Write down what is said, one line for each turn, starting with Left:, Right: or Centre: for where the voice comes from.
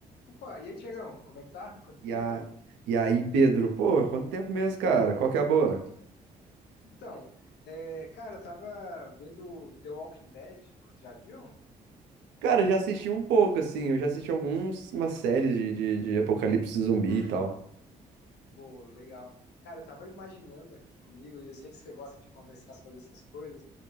Left: Opa, e aí, Tiagão, como é que tá? Quanto
Right: E,
Left: tempo?
Right: a... e aí, Pedro, pô, quanto tempo mesmo, cara? Qual que é a boa?
Left: Então, é, cara, eu tava vendo The Walking Dead, já viu?
Right: Cara, eu já assisti um pouco, assim, eu já assisti algumas umas séries de, de, de apocalipse zumbi e tal.
Left: Pô, legal. Cara, eu tava imaginando aqui comigo, e eu sei que você gosta de conversar sobre essas coisas,